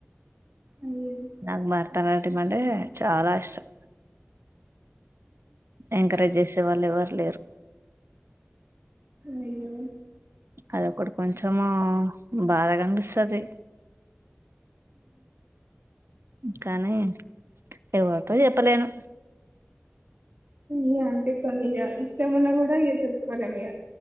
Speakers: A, on the right (about 50°); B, on the right (about 85°).
A: అయ్యో
B: నాకు భరతనాట్యం అంటే చాలా ఇష్టం ఎంకరేజ్ చేసే వాళ్ళు ఎవారు లేరు
A: అయ్యో
B: అదొకటి కొంచము బాధ కనిపిస్తుది కాానీ ఎవరితో చెప్పలేను
A: ఇ అంతే కొన్ని ఇక ఇష్ట ఉన్నా కూడా ఇక చెప్పుకోలే ఇ